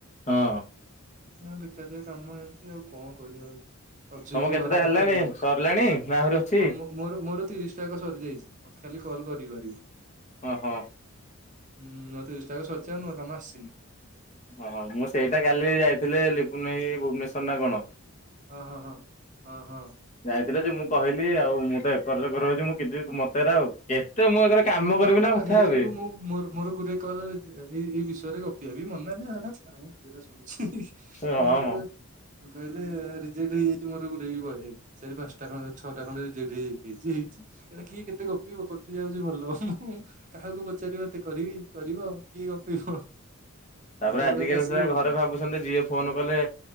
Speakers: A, on the left; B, on the right.
A: ହଁ
B: ନା ବେକାରିଆ କାମ ଏମିତି ଆଉ କଣ କରିବା ଆଉ। ଅଛି
A: ତମ
B: ଏଠି
A: କେତେଟା
B: ଘର
A: ହେଲାଣି
B: ପାଖଟା ବୋଲି
A: ସରିଲାଣି ନା ଆହୁରି ଅଛି
B: ହଁ ମୁଁ ମୋର ମୋର ତିରିଶଟା ଯାକ ସରିଯାଇଛି। ମତେ ଖାଲି କଲ୍ କରିପାରିବ।
A: ଅ ହଁ।
B: ହୁଁ ମର ତିରିଶଟା ଯାକ ସରିଛି। ଆଉ ନୂଆ କାମ ଆସିନି।
A: ଓହୋ। ମୁଁ ସେଇଟା କାଲି ଯାଇଥିଲେ ଲିପୁନ ଭାଇ ଭୁବନେଶ୍ଵର ନା କଣ?
B: ଅ ହଁ ହଁ ହଁ ହଁ।
A: ଯାଇଥିଲେ ଯେ, ମୁଁ କହିଲି ଆଉ ମୁଁ ତ ଏକର ସେକଡ ହଉଛି ମୁଁ କିଛି ମତେ ଏରା କେତେ ମୁଁ ଏକରେ କାମ
B: ହଁ
A: କରିବି
B: ପରା
A: ନା କଥା
B: ହେଇ
A: ହେବେ?
B: ଯୋଗୁ ମୁଁ ମୋର ମୋର ଗୋଟେ କଲ ଏଇ ଏଇ ବିଷୟରେ ଗପି ହେବି ମନାଯେ ହେରା ଛାଡ଼ କିଏ ତାକୁ ଶୁନୁଛି
A: ହଁ
B: ଏରା
A: ମ
B: କହିଲେ ରିଜେକ୍ଟ ହେଇଯାଇଛି ମୋରଗୁରେ ବି ବହେ ଚାରି, ପାଞ୍ଚ ତାଙ୍କର ଛଅଟା ଖଣ୍ଡେରିଜେକ୍ଟ ହେଇଯାଇଛି ହେଇଛି ଏରା କିଏ କେତେ ଗପିବ କଟିଯାଉଛି ଭଲ ମୁଁ କାହାକୁ ପଚାରିବ ଏତେ କରିବି କରିବ କିଏ ଗପିବ
A: ତାପରେ
B: ଆର
A: ଆଜିକାଲି
B: ଗୁରାକ ଆସିଲେ
A: ସୁଧା
B: ଭଲ।
A: ଘରେ ଭାବୁଛନ୍ତି ଯିଏ ଫୋନ କଲେ